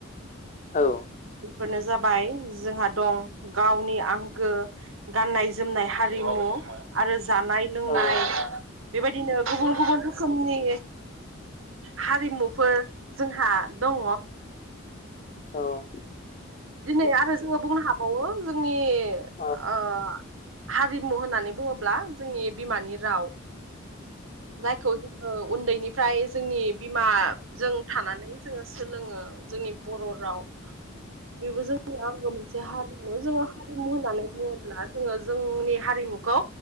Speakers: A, on the left (about 40°); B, on the right (about 75°).
A: औ।
B: फोरनो जाबाय जोंहा दं गावनि आंगो गाननाय जोमनाय हारिमु आरो जानाय लोंनाय
A: औ
B: बेबायदिनो गुबुन गुबुन रोखोमनि हारिमुफोर जोंहा दङ।
A: औ औ
B: दिनै आरो जोङो बुंनो हाबावो जोंनि
A: औ
B: ओ हारिमु होननानै बुङोब्ला जोंनि बिमानि राव जायखौ जोङो उन्दैनिफ्राय जोंनि बिमाजों थानानै जोङो सोलोङो जोंनि बर' राव बेबो जोंनि आंगो मोनसे हारिमु जोङो हारिमु होननानै बुङोब्ला जोङो जोंनि हारिमुखौ